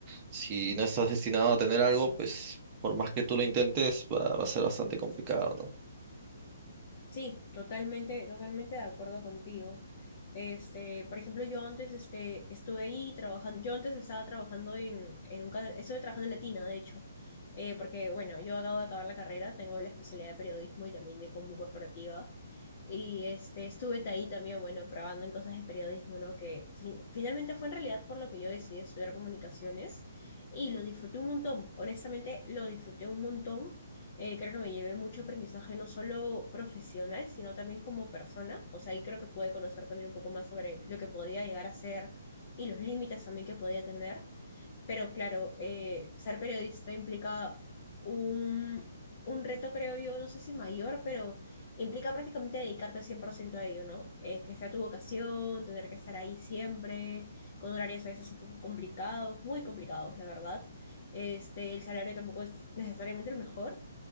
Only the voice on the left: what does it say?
Sí, totalmente, totalmente de acuerdo contigo. Este, por ejemplo, yo antes este, estuve ahí trabajando, yo antes estaba trabajando en, en un canal, estuve trabajando en Latina, de hecho, eh, porque bueno, yo acabo de acabar la carrera, tengo la especialidad de periodismo y también de combo corporativa, y este, estuve ahí también, bueno, probando en cosas de periodismo, ¿no? Que fin- finalmente fue en realidad por lo que yo decidí estudiar comunicaciones y lo disfruté un montón, honestamente lo disfruté un montón eh, creo que me llevé mucho aprendizaje, no solo profesional, sino también como persona. O sea, ahí creo que pude conocer también un poco más sobre lo que podía llegar a ser y los límites también que podía tener. Pero claro, eh, ser periodista implica un, un reto, creo yo, no sé si mayor, pero implica prácticamente dedicarte 100% a ello, ¿no? Eh, que sea tu vocación, tener que estar ahí siempre, con horarios a veces un poco complicados, muy complicados, la verdad. Este, el salario tampoco es necesariamente el mejor,